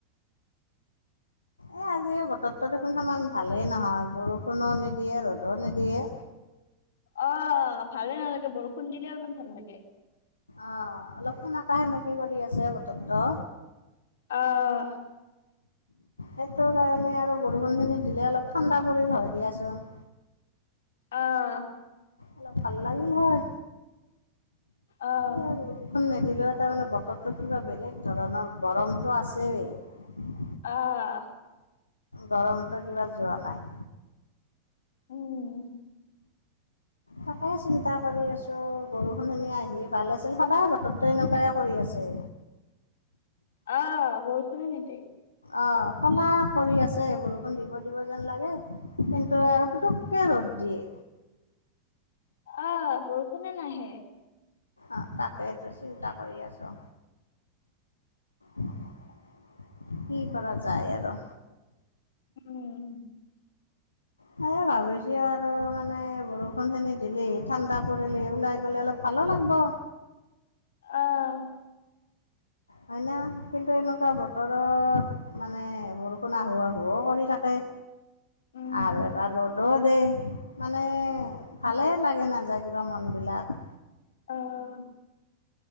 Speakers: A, on the left (about 80°); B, on the left (about 60°).
A: এ আজি বতৰটো দেখোন সমান ভালেই নহয়' বৰষুণো নিদিয়ে ৰ'দো নিদিয়ে
B: অ ভালে নালাগে বৰষুণ খুন্দিলে অলমান ভাল লাগে।
A: আহ অলপ সেমকাা সেমকি কৰি আছে বতৰটো
B: আহ!
A: সেইটো কাৰণে আৰু বৰষুণ খিনি দিলে অলপ ঠাণ্ডা পৰিল হয় দিয়াচোন
B: আহ!
A: অলপ ভাল লাগিল হয়।
B: আহ
A: উ' খন নিদিলেও তাৰমানানে বতৰটো কিবা বেলেগ ধৰণৰ গৰমতটো আছেই।
B: আহ!
A: গৰমতটো কিবা যোৱা নাই
B: উম!
A: তাকে চিন্তা কৰি আছো, বৰষুণিন আহি ভাল আছিল সদায় বতৰতে এনেকুৱাই কৰি আছে
B: আহ বলছ ন নিট
A: অ ক'লা কৰি আছে বৰষুণ দিব দিব যেন লাগে কিন্তু আৰু পুতুককৈ ৰ'দ দিয়ে।
B: আহ বৰষুণে নাহে
A: আহ তাকেইটো চিন্তা কৰি আছো, কি কৰা যায় আৰু,
B: উম'।
A: এ, ভাবিছ আৰু মানে বৰষুণ খিনি দিলিহ ঠাণ্ডা পৰিলি ওলাই গলে অলপ ভালো লাগব।
B: আহ'।
A: হয় না, কিন্তে কা বতৰত মানে বৰষুণ আহো আহুও কৰি থাকে।
B: উম
A: আৰু এবাৰ ৰ'দোত দে মানে ভালে লাগে নাযায় কিবা মন বিলাক
B: আহ